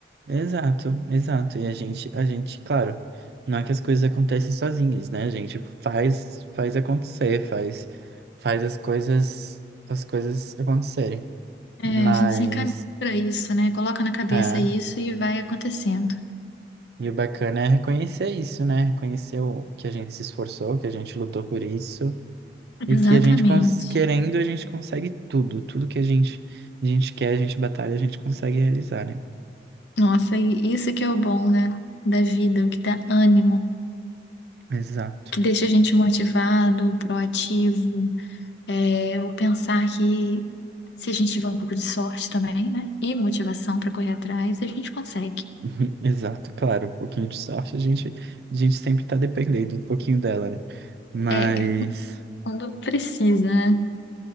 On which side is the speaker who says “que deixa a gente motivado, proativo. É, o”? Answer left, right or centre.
Left